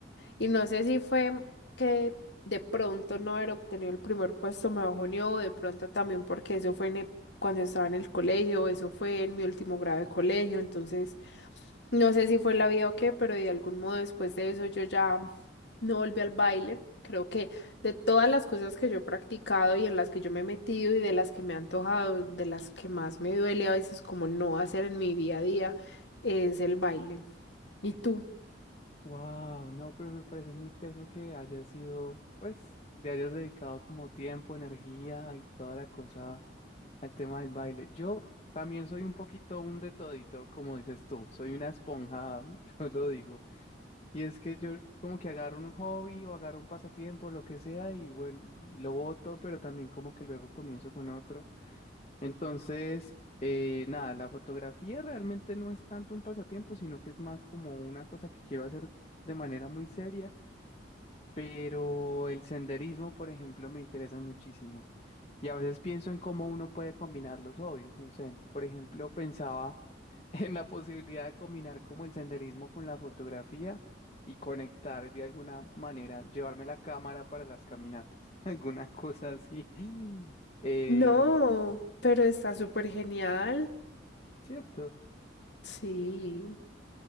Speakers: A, on the left; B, on the left.
A: Y no sé si fue que de pronto no haber obtenido el primer puesto me bajoneó, o de pronto también porque eso fue en e- cuando estaba en el colegio, eso fue en mi último grado de colegio, entonces... No sé si fue la vida o qué, pero de algún modo después de eso yo ya no volví al baile. Creo que de todas las cosas que yo he practicado y en las que yo me he metido y de las que me he antojado, de las que más me duele a veces como no hacer en mi día a día, es el baile. ¿Y tú?
B: Wow, no, pero me parece muy teso que hayas sido, pues, le hayas dedicado como tiempo, energía y toda la cosa al tema del baile. Yo también soy un poquito un de todito, como dices tú, soy una esponja, <laughs> yo lo digo. Y es que yo como que agarro un hobby o agarro un pasatiempo, lo que sea, y bueno, lo boto, pero también como que luego comienzo con otro. Entonces, eh, nada, la fotografía realmente no es tanto un pasatiempo, sino que es más como una cosa que quiero hacer de manera muy seria, pero el senderismo, por ejemplo, me interesa muchísimo. Y a veces pienso en cómo uno puede combinar los hobbies, no sé, por ejemplo, pensaba <laughs> en la posibilidad de combinar como el senderismo con la fotografía y conectar de alguna manera, llevarme la cámara para las caminatas, <laughs> alguna cosa así. <laughs> Em,
A: No, pero está súper genial.
B: ¿cierto?
A: Sí.